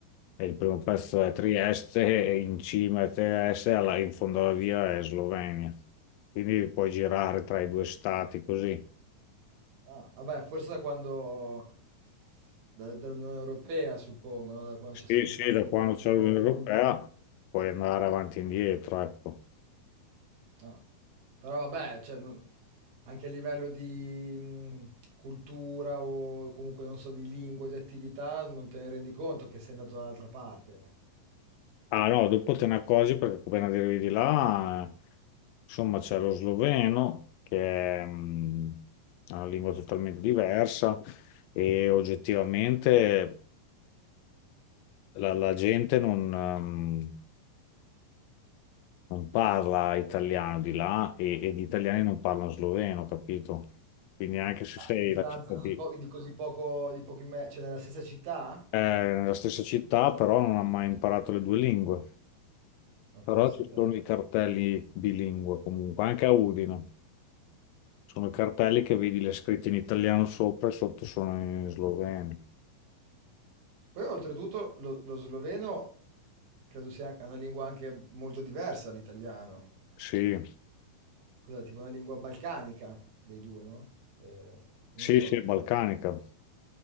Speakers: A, on the left; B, on the right.
A: e il primo pezzo è Trieste e in cima è Trieste e alla- in fondo alla via è Slovenia. Quindi puoi girare tra i due stati così.
B: Ah, vabbè forse da quando da dall'Unione Europea suppongo, no, da quando
A: Sì,
B: c'è stato il
A: sì,
B: passaporto
A: da quando c'è
B: unico.
A: l'Unione Europea puoi andare avanti e indietro, ecco.
B: Ah. Però vabbè, cioè, non- anche a livello di mh, cultura o comunque non so, di lingua, di attività, non te ne rendi conto che sei andato dall'altra parte.
A: Ah no, dopo te ne accorgi perché appena arrivi di là, eh, insomma, c'è lo sloveno, che è mm, una lingua totalmente diversa e oggettivamente la, la gente non, ehm, non parla italiano di là e, e gli italiani non parlano sloveno, capito? Quindi anche se
B: A
A: sei
B: distanza
A: la città
B: di,
A: di-
B: po- di così poco, di pochi metri, cioè nella stessa città?
A: eh, nella stessa città, però non ha mai imparato le due lingue.
B: Ma pensa
A: Però ci
B: a te.
A: sono i cartelli bilingue comunque, anche a Udine. Sono i cartelli che vedi le scritte in italiano sopra e sotto sono in sloveno.
B: Poi oltretutto lo, lo sloveno credo sia una lingua anche molto diversa dall'italiano.
A: Sì,
B: Cos'è? Tipo una lingua balcanica dei due, no? Eh, non
A: sì,
B: so,
A: sì, è balcanica.